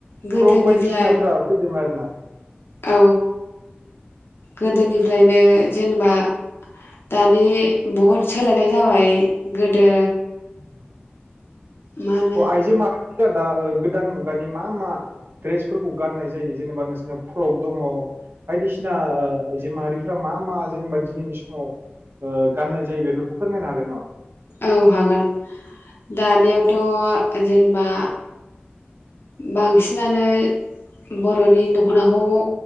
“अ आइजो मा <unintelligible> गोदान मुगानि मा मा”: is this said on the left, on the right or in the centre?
Right